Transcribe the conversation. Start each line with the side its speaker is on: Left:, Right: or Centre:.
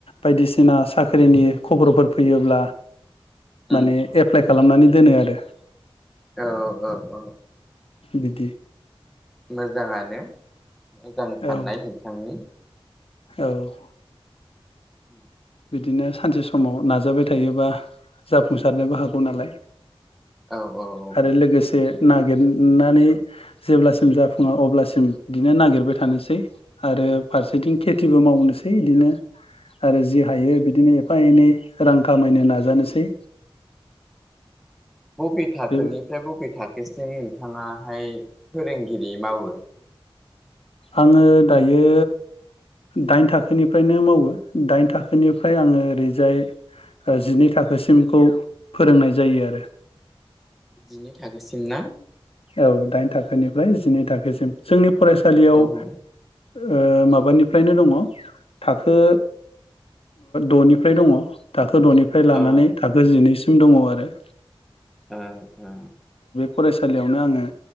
Left: बायदिसिना साख्रिनि खबरफोर फैयोब्ला
Centre: औ
Left: माने एप्लाइ खालामनानै दोनो आरो दे
Centre: औ औ औ
Left: बिदि
Centre: मोजाङानो मोजां साननाय
Left: औ
Centre: नोंथांनि
Left: औ
Centre: उम
Left: बिदिनो सानसे समाव नाजाबाय थायोबा जाफुंसारनोबो हागौ नालाय
Centre: औ औ
Left: आरो लोगोसे नागिरनानै जेब्लासिम जाफुङा अब्लासिम बिदिनो नागिरबाय थानोसै आरो फारसेथिं केेथि बो मावनोसै बिदिनो आरो थायो बिदिनो एफा एनै रां खामायनो नाजानोसै
Centre: बबे थाखोनिफ्राय
Left: बे
Centre: बबे थाखो? बेसिम नोंथाङाहाय फोरोंगिरि मावो
Left: आङो दायो दाइन थाखोनिफ्रायनो मावो दाइन थाखोनिफ्राय आङो ओरैजाय जिनै थाखोसिमखौ फोरोंनाय जायो आरो
Centre: जिनै थाखोसिम ना?
Left: औ दाइन थाखोनिफ्राय जिनै थाखोसिम जोंनि फरायसालियाव
Centre: औ ओ
Left: ओ माबानिफ्रायनो दङ थाखो द'निफ्राय दङ था द'निफ्राय लानानै
Centre: ओ
Left: थाखो जिनैसिम दङ आरो।
Centre: ओ ओ
Left: फरायसा लियावनो आङो